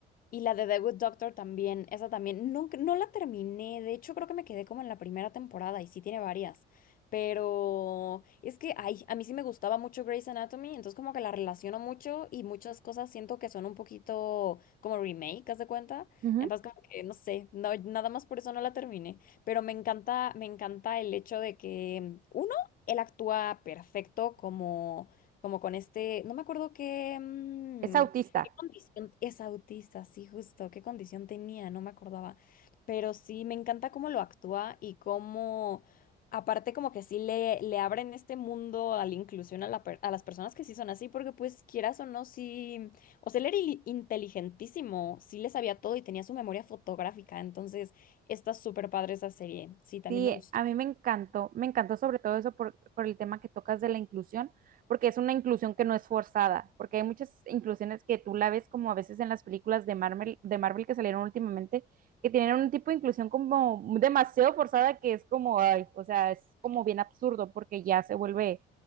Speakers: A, on the left; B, on the right.
A: Y la de The Good Doctor también, esa también, nunca, no la terminé, de hecho creo que me quedé como en la primera temporada y sí tiene varias, pero es que, ay, a mí sí me gustaba mucho Grey's Anatomy, entonces como que la relaciono mucho y muchas cosas siento que son un poquito como remake, ¿haz de cuenta?
B: Ujú.
A: Entonces como que, no sé, no, nada más por eso no la terminé, pero me encanta, me encanta el hecho de que, uno, él actúa perfecto como, como con este, no me acuerdo qué... mm,
B: Es autista.
A: ¿Qué condición? Es autista, sí, justo. ¿Qué condición tenía? No me acordaba. Pero sí, me encanta cómo lo actúa y cómo, aparte, como que sí le, le abren este mundo a la inclusión a, la per- a las personas que sí son así, porque pues quieras o no, sí. O sea, él era il- inteligentísimo, sí le sabía todo y tenía su memoria fotográfica. Entonces, está súper padre esa serie. Sí, también
B: Sí,
A: me gustó.
B: a mí me encantó, me encantó sobre todo eso por, por el tema que tocas de la inclusión, porque es una inclusión que no es forzada, porque hay muchas inclusiones que tú la ves como a veces en las películas de Marvel, de Marvel que salieron últimamente, que tienen un tipo de inclusión como demasiado forzada que es como, ay, o sea, es como bien absurdo porque ya se vuelve